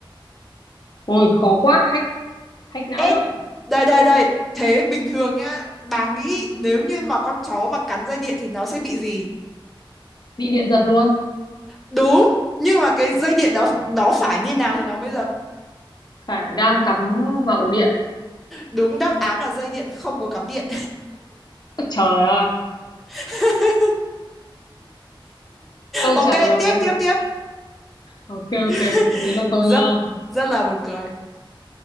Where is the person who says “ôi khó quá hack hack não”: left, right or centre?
Left